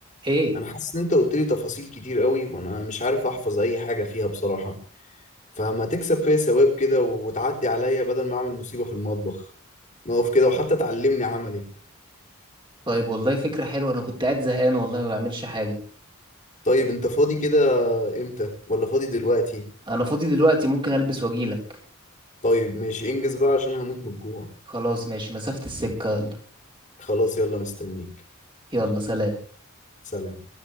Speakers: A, on the right; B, on the left.
A: ايه
B: انا حاسس ان انت قلت لي تفاصيل كتير قوي وانا مش عارف احفظ اي حاجه فيها بصراحه فما تكسب فيا ثواب كده وتعدي عليا بدل ما اعمل مصيبه في المطبخ نقف كده وحتى تعلمني عملي
A: طيب والله فكرة حلوة انا كنت قاعد زهقان والله ما بعملش حاجة
B: طيب انت فاضي كده امتى ولا فاضي دلوقتي
A: انا فاضي دلوقتي ممكن البس واجيلك
B: طيب ماشي انجز بقى عشان هموت من الجوع
A: خلاص ماشي مسافة السكة يلا
B: خلاص يلا مستنيك
A: يلا سلام
B: سلام